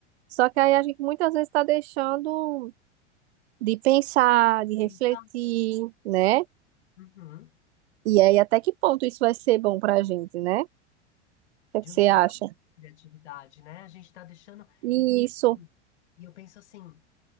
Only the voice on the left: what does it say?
pensa,
uhum,
de
usar
a criatividade, né? A gente está deixando
e, e assim, e eu penso assim,